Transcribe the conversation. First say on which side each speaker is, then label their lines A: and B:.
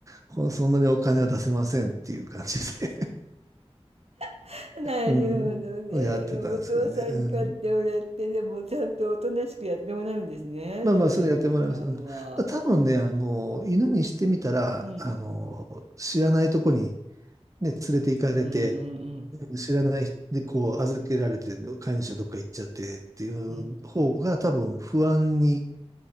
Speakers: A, on the right (about 30°); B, on the right (about 70°).
A: こそんなにお金は出せませんっていう感じで
B: <laughs> なるほどね。
A: うん、やってたんですけどね。
B: でも、お父さんに買ってもらって、
A: うん、
B: でも、ちゃんとおとなしくやってもらうんですね。
A: まあまあ、
B: じゃあ、トリプルちゃんは。
A: すぐやってもらいます。うん、多分ね、あの、犬にしてみたら、
B: うん。
A: あの、知らないとこにね、連れて行かれて、
B: うんうんうん。
A: 知らない人でこう預けられて、飼い主はどっか行っちゃってっていう方が多分不安に
B: うん